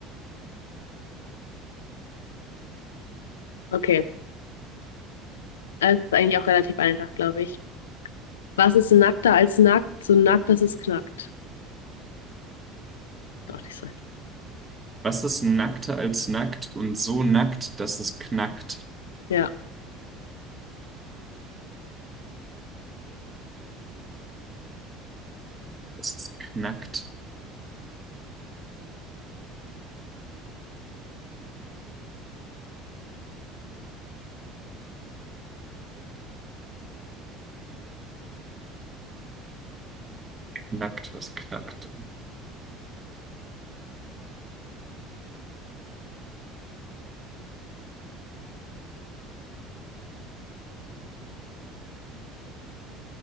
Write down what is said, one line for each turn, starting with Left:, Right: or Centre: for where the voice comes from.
Left: Okay, also ist eigentlich auch relativ einfach, glaube ich. Was ist nackter als nackt? So nackt, dass es knackt. Doch nicht so.
Right: Was ist nackter als nackt und so nackt, dass es knackt?
Left: Ja,
Right: Es ist knackt, knackt, was knackt? denn?